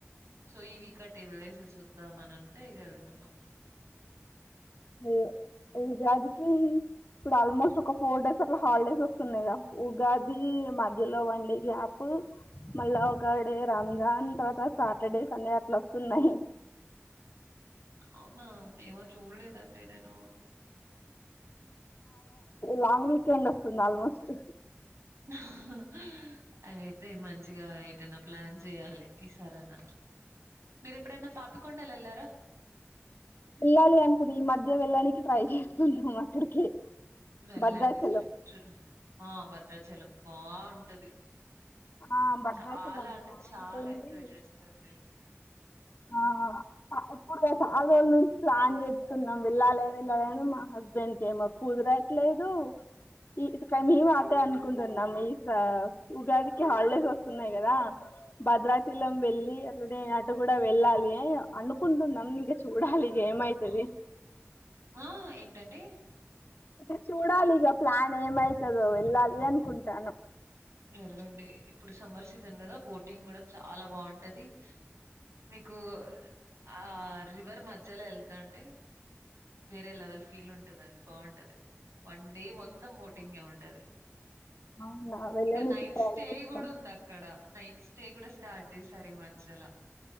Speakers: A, on the right (about 90°); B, on the left (about 50°).
A: సో ఈ వీక్ ఆ టెన్ డేస్ చూద్దాం అని అంటే వెళ్తున్నాం
B: ఏ జదుకి ఇప్పుడు ఆల్మోస్ట్ ఒక ఫోర్ డేస్ అట్లా హాలిడేస్ వస్తున్నాయి ఉగాది మధ్యలో వన్ డే గ్యాప్ మళ్ళా ఒకకాడే రంజాన్ తర్వాత సాటర్డే సంండే అట్లా వస్తున్నాయి <inaudible>
A: అవునా ఏమో చూడలేదండి నేను
B: లాంగ్ వీకెండ్ వస్తుంది ఆల్మోస్ట్
A: అ అయితే మంచిగా ఏటన్నా ప్లాన్ చేయాలి ఈ సరనా మీర ఎప్పుడైనా పాపికొండలు వెళ్లారా
B: వెళ్ళాలి అనుకుం ఈ మధ్య వెళ్ళడానికి ట్రై చేసుకుంటాము అక్కడికి
A: వెళ్ళండి
B: భద్రాచలం
A: <unintelligible> ఆ భద్రాచలం బావుంటది
B: ఆ భద్రాచలం
A: చాలా అంటే
B: బాగుంటుంది
A: చాలా ఎంజాయ్ చేస్తారు మీరు
B: ఆ ఏప్పుడు చాల రోజుల నుంచి ప్లాన్ చేస్తున్నాం వెళ్ళాలి వెళ్ళాలని మా హస్బెండ్ క్ ఏమో కుదరట్లేదు దు ఈ మేము అటే అనుకుంటున్నాం ఈ స ఉగాదికి హాలిడేస్ వస్తున్నాయి కదా భద్రాచలం వెళ్లి అట్లనే అటు కూడా వెళ్ళాలి అనుకుంటున్నాం ఇంక చూడాలి ఇక ఏమైతది
A: ఆ ఆ ఏంటండి
B: ఇక చూడాలి ఇక ప్లాన్ ఏమైతదో వెళ్ళాలి అనుకుంటానమ్
A: వెల్ళండి ఇప్పుడు సమ్మర్ సీజన్ కదా బోటింగ్ కూడా చాలా బాగుంటది మీకు ఆ రివర్ మధ్యలో వెళ్తంటే వేరే లెవెల్ ఫీల్ ఉంటదండి బాగుంటది వన్ డే మొత్తం బోటింగే ఉంటది
B: అవునా వెళ్ళనికి
A: ఇంకా నైట్
B: ట్రై
A: స్టే
B: చేస్తాం
A: కూడా ఉంది అక్కడ నైట్ స్టే కూడా స్టార్ట్ చేశారు ఈ మధ్యల